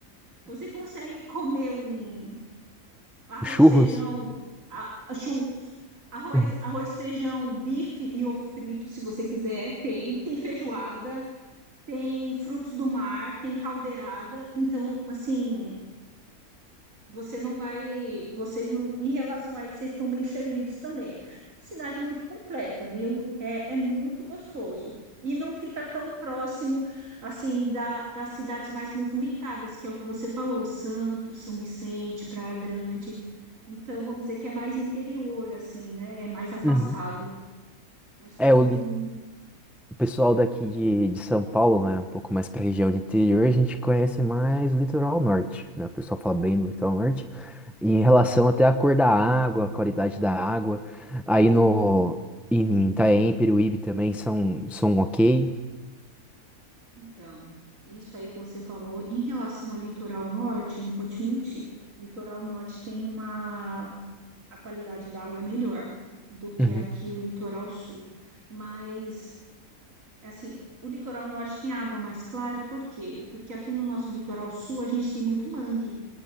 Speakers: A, on the right; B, in the centre.
A: Você consegue comer um arroz,
B: Churros?
A: feijão, a, churros, arroz,
B: Uhum.
A: arroz, feijão, bife e ovo frito, se você quiser. Tem, tem feijoada, tem frutos do mar, tem caldeirada. Então, assim você não vai, vocês não, em relação a isso, vocês estão bem servidos também. Cidade muito completa, viu? É, é muito gostoso. E não fica tão próximo, assim, da, das cidades mais movimentadas, que é o que você falou, Santos, São Vicente, Praia Grande. Então, vamos dizer que é mais interior, assim, né? É mais afastado.
B: Uhum.
A: Acho que
B: É,
A: vocês
B: o
A: vão.
B: O pessoal daqui de, de São Paulo, né, um pouco mais para a região do interior, a gente conhece mais o litoral norte, né? O pessoal fala bem do litoral norte, e em relação até à cor da água, a qualidade da água. Aí no em Itanhaém, Peruíbe também são são ok.
A: Então, isso aí que você falou, em relação ao litoral norte, não vou te mentir, o litoral norte tem uma a qualidade da água é melhor do que
B: Uhum.
A: aqui o litoral sul. Mas, assim, o litoral norte tem água mais clara, por quê? Porque aqui no nosso litoral sul a gente tem muito mangue,